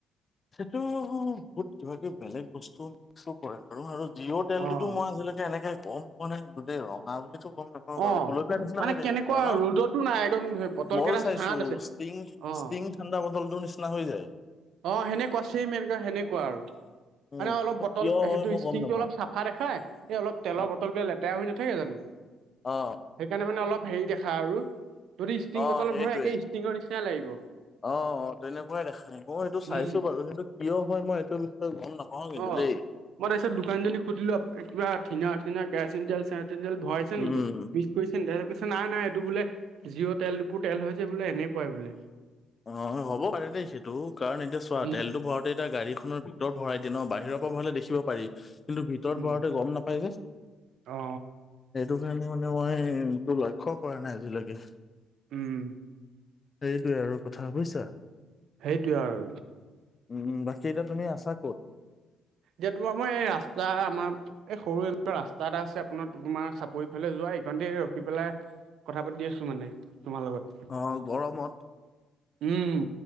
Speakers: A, on the left; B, on the right.
A: সেইটো বহুত কিবাকিবি বেলেগ বস্তু মিক্সো কৰে। বাৰু আৰু জিঅ' তেলটোতো
B: অ',
A: মই আজিলৈে এনেকে কওঁ কোৱা নাই দেই। ৰঙা বুলিতো গম নাপওঁ বাৰু
B: অ',
A: গুলপীয়া নিচিনা
B: মানে
A: হৈ থাকে
B: কেনেকুৱা
A: পুৰা ন?
B: ৰ'দতো নাই একদম বটল
A: মইও
B: কেইটা
A: চাইছো
B: ছাঁত আছে
A: ষ্টিং,
B: অ'।
A: ষ্টিং ঠাণ্ডা বটলটোৰ নিচিনা হৈ যায়।
B: অ' সেনেকুৱা চেম এনেকুৱা সেনেকুৱা আৰু মানে
A: উম,
B: অলপ
A: ত
B: বটল
A: কিয় হয়
B: সেইটো
A: মই
B: ষ্টিংটো
A: গম নাপাওঁ।
B: অলপ চাপ দেখাই, এই অলপ তেলৰ
A: অ',
B: বটল বিলাক লেতেৰা হৈ নাথাকে জানোঁ।
A: অ।
B: সেইকাৰণে মানে অলপ হেৰি দেখা আৰু যদি ষ্ট্ৰিং
A: অ',
B: বটল
A: সেইটোৱে।
B: ভৰা একে ষ্টিঙৰ নিচিনা লাগিব।
A: অ তেনেকুৱাই দেখাই মই সেইটো চাইছো
B: উম
A: বাৰু কিন্তু কিয় হয় মই এইটো বিষয়ে গম নাপাওঁ কিন্তু
B: অ
A: দেই।
B: মই তাৰপিছত দোকানীজনক সুধিলো কিবা ঠনা ঠনা কেৰাচিন তেল চেৰাচিন তেল ভৰাইছে
A: উম।
B: নেকি? কৈছে, কৈছে নাই নাই এইটো বোলে জিঅ' তেলবোৰ তেল হৈ যে বোলে এনেকুৱাই বোলে।
A: অ হ'ব পাৰে দেই সেইটো, কাৰণ এতিয়া চোৱা
B: উম
A: তেলতো ভৰাৱাতে এতিয়া গাড়ীখনৰ ভিতৰত ভৰাই দিয়ে ন, বাহিৰৰ পৰা ভৰালে দেখিব পাৰি, কিন্তু ভিতৰত
B: উম
A: ভৰাওতে গম নাপায় যে।
B: অ
A: সেইটো কাৰণে মানে মই এইটো লক্ষ্য কৰা নাই আজিলৈকে।
B: উম।
A: সেইটোৱে আৰু কথা বুজিছা?
B: সেইটোৱে আৰু।
A: উম বাকী এতিয়া তুমি আছা ক'ত?
B: যিহেতু আমাৰ এই ৰাস্তা আমাৰ এই সৰু এনেকোৱা ৰাস্ত এটা আছে আপোনাৰ তোমাৰ চাপৰিফালে যোৱা এইকানতে ৰখি পেলাই কথা পাতি আছো মানে তোমাৰ লগত।
A: অ' গৰমত।
B: উম